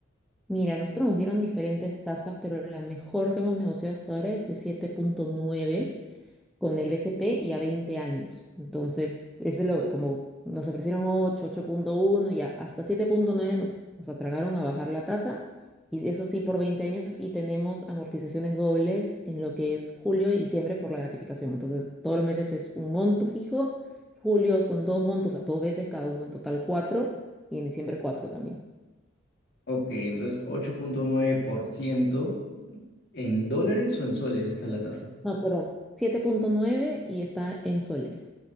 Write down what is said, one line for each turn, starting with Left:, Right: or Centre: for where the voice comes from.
Centre: Mira, nosotros nos dieron diferentes tasas, pero la mejor que hemos negociado hasta ahora es de siete punto nueve con el BCP y a 20 años. Entonces, ese es lo, como nos ofrecieron 8, 8.1, ya hasta siete punto nueve nos, nos atragaron a bajar la tasa, y eso sí por 20 años, y tenemos amortizaciones dobles en lo que es julio y diciembre por la gratificación. Entonces, todos los meses es un monto fijo, julio son dos montos a dos veces, cada uno en total cuatro, y en diciembre cuatro también.
Left: Ok, entonces ocho punto nueve por ciento en dólares o en soles está la tasa.
Centre: No, perdón, siete punto nueve y está en soles.